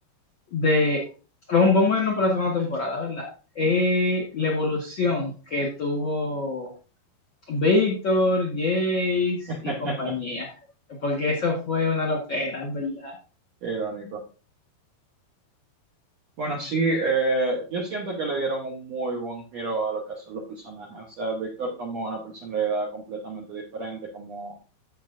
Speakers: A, on the left; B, on the right.
A: de, vamos, vamos a irnos por la segunda temporada, ¿verdad? Es la evolución que tuvo Víctor, Jace
B: <laughs>
A: y compañía, porque eso fue una loquera, ¿verdad?
B: Qué irónico. Bueno, sí, eh, yo siento que le dieron un muy buen giro a lo que son los personajes. O sea, Víctor tomó una personalidad completamente diferente, como